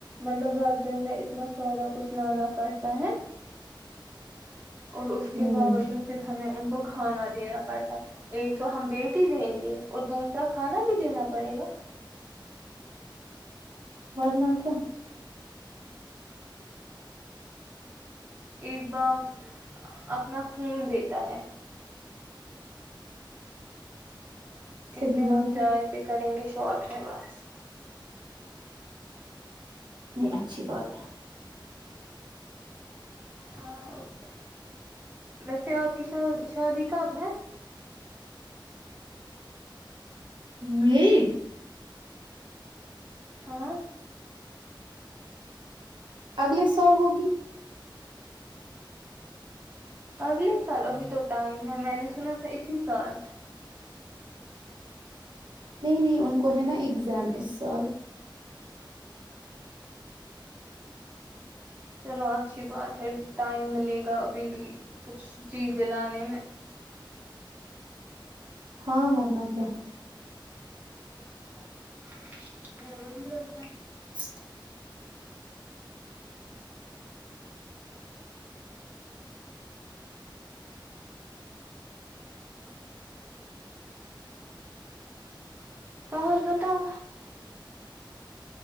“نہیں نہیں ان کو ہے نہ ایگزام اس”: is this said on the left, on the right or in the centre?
Right